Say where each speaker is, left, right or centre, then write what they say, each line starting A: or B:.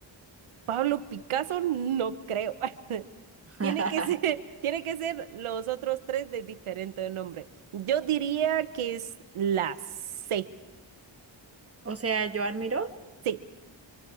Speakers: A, on the right; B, on the right.
A: Pablo Picasso, no creo. <laughs>
B: <laughs>
A: Tiene que ser, tiene que ser los otros tres de diferente nombre. Yo diría que es la C.
B: O sea, ¿Joan Miró?
A: Sí.